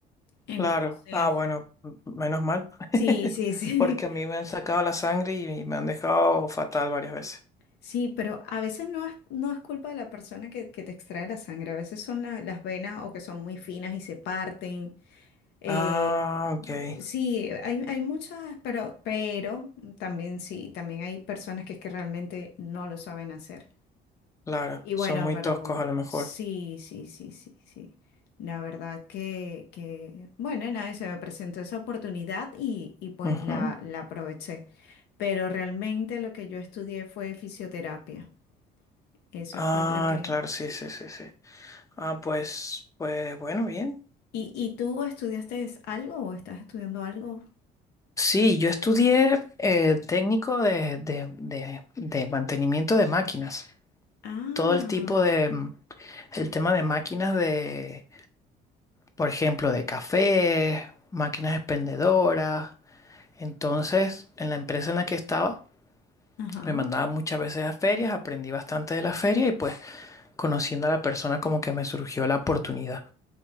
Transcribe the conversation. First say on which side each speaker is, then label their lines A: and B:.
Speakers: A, on the left; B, on the left.
A: Entonces,
B: Claro. Ah, bueno, m- menos mal.
A: sí,
B: <laughs>
A: sí, sí,
B: Porque a
A: <laughs>
B: mí me han sacado la sangre y me han dejado fatal varias veces.
A: sí, pero a veces no es, no es culpa de la persona que, que te extrae la sangre, a veces son la- las venas o que son muy finas y se parten. Eh,
B: Ah, ok,
A: de- sí, hay, hay muchas, pero, pero también sí, también hay personas que es que realmente no lo saben hacer.
B: claro,
A: Y bueno,
B: son muy
A: pero
B: toscos a lo mejor.
A: sí, sí, sí, sí, sí. La verdad que, que bueno, nada, se me presentó esa oportunidad y, y pues
B: Ujú.
A: la, la aproveché. Pero realmente lo que yo estudié fue fisioterapia. Eso
B: Ah,
A: fue lo que...
B: claro, sí, sí, sí, sí. Ah, pues, pues bueno, bien.
A: ¿Y, y tú estudiaste algo o estás estudiando algo?
B: Sí, yo estudié eh, técnico de, de, de, de mantenimiento de máquinas.
A: Ah,
B: Todo el tipo de, mm, el tema de máquinas de, por ejemplo, de café, máquinas expendedoras. Entonces, en la empresa en la que estaba,
A: ajá.
B: me mandaban muchas veces a ferias, aprendí bastante de las ferias y pues Conociendo a la persona como que me surgió la oportunidad